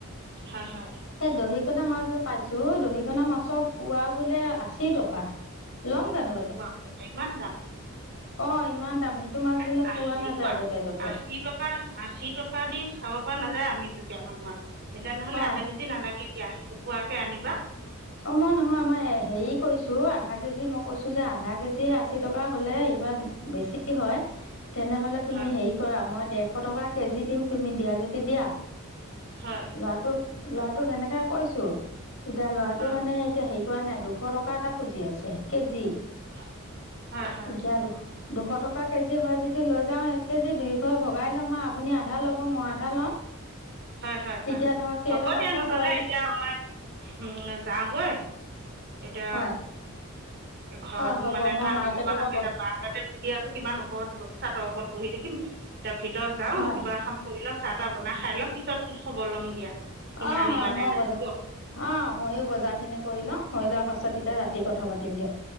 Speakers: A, on the right; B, on the left.
A: হয়, হয়।
B: সেই দহিকণা মাছ যে পাইছোঁ, দহিকণা মাছৰ পোৱা বোলে আশী টকা। ল'ম জানো
A: উহ বাপ্ৰে ইমান দাম।
B: অহ, ইমান দাম। সেইটো মাছ
A: হে
B: বোলে
A: আহ
B: পোৱা
A: হেৰি
B: নাযায়
A: কোৱা,
B: য'তে ত'তে
A: আশী টকা আশী টকা দি খাব পৰা নাযায় আমি দুখীয়া মানুহ আৰু। এতিয়া নহ'লে
B: হয়
A: আধা কেজি নালাগে এতিয়া এপোৱাকে আনিবা।
B: অহ, মই নহয় মই হেৰি কৈছোঁ, আধা কেজি মই কৈছোঁ যে আধা কেজি আশী টকা হ'লে কিবা বেছি হয়। তেনেহ'লে তুমি
A: হয়
B: হেৰি কৰা, মই দেৰশ টকা কেজি দিম তুমি দিয়া যদি দিয়া।
A: হয়
B: ল'ৰাটোক, ল'ৰাটোক সেনেকে কৈছোঁ। এতিয়া ল'ৰাটো
A: হয়
B: মানে এতিয়া হে পোৱা নাই দুশ টকা এটা খুজি আছে কেজি।
A: হয়। হয়, হয়।
B: এতিয়া দু দুশ টকা কেজি হয় যদি লৈ যাম, এক কেজি দুই ঘৰে ভগাই লম আৰু আপুনি আধা ল'ব। মই আধা ল'ম।
A: হয় হয়
B: তেতিয়া
A: হয়।
B: ধৰক কেইটকাকে
A: হ'ব দিয়া নহ'লে
B: পৰে
A: এতিয়া মই উম। যাওঁগৈ, এতিয়া।
B: হয়
A: ঘৰত
B: অ হ'ব
A: মানে
B: মই
A: কাম
B: মাৰ্কেটৰ
A: অলপমান
B: পৰা
A: আছে, তাকে বাহিৰতে বহি আছোঁ, কিমান ওপৰত বহি চাটৰ ওপৰত বহি থাকিম। এতিয়া ভিতৰত যাওঁ,
B: হয়
A: কিবা এখন কৰি লওঁ, চাহ তাহ বনাই খাই লওঁ, পিছত খবৰ লম দিয়া। তুমি
B: অহ,
A: আনিলা
B: অহ।
A: নে
B: মই
A: নাই
B: বজাৰ
A: হ'ব
B: অহ, ময়ো বজাৰখিনি কৰি লওঁ হৈ লোৱা পাছত তাৰপিছত তেতিয়া ৰাতি কথা পাতিম দিয়ক।